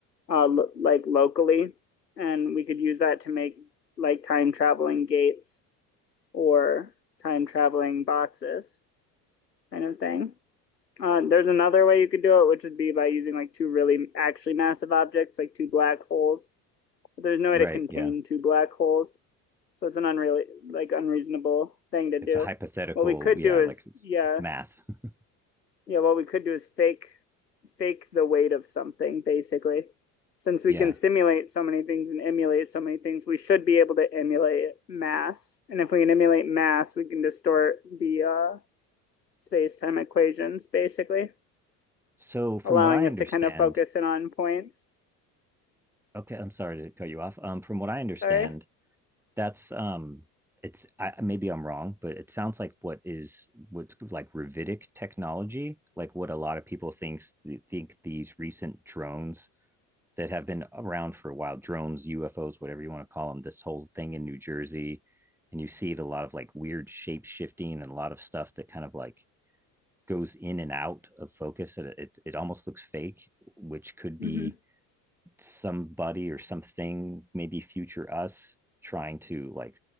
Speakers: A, on the left; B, in the centre.
A: uh lo like locally and we could use that to make like time traveling gates or time traveling boxes kind of thing. Uh, there's another way you could do it, which would be by using like two really actually massive objects, like two black holes, but there's no
B: Right.
A: way to contain
B: Yeah.
A: two black holes. So it's an unreal like unreasonable thing to do.
B: It's a hypothetical.
A: What we could
B: Yeah.
A: do
B: Like
A: is
B: it's
A: yeah,
B: math. <laughs>
A: yeah, what we could do is fake fake the weight of something basically. Since
B: Yeah.
A: we can simulate so many things and emulate so many things, we should be able to emulate mass. And if we can emulate mass, we can distort the uh, space-time equations basically,
B: So from
A: allowing
B: what I understand,
A: us to kind of focus in on points.
B: okay, I'm sorry to cut you off. Um, from what I understand,
A: Sorry.
B: that's um it's I, maybe I'm wrong, but it sounds like what is what's like Ravitic technology, like what a lot of people thinks think these recent drones that have been around for a while drones ufos whatever you want to call them this whole thing in new jersey and you see it a lot of like weird shape shifting and a lot of stuff that kind of like goes in and out of focus and it, it almost looks fake which could be
A: Mm-hmm.
B: somebody or something maybe future us trying to like